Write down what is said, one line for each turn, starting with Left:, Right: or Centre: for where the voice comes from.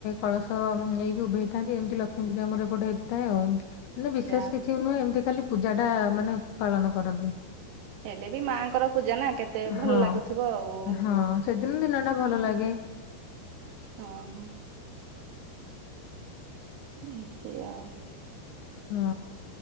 Left: କଳସ୍ ତ ନେଇକି ଉଭେଇଥାନ୍ତି ଏମତି ଲକ୍ଷ୍ମୀ ପୂଜା ଆମର ଏପଟେ ହେଇଥାଏ ଆଉମ୍। ମାନେ ବିଶେଷ
Right: ଯାହା ହଉ
Left: କିଛି ନୁହେଁ ଏମିତି ଖାଲି ପୂଜା ଟା ମାନେ ପାଳନ କରନ୍ତି।
Right: ହେଲେ ବି ମାଆଙ୍କର ପୂଜା ନା କେତେ ଭଲ୍
Left: ହଁ
Right: ଲାଗୁଥିବ ଆଉ।
Left: ହଁ ସେଦିନ୍ ଦିନ ଟା ଭଲ ଲାଗେ।
Right: ହଁ ଅଁ ହଁ। ଏତି ଆଉ
Left: ହଁ।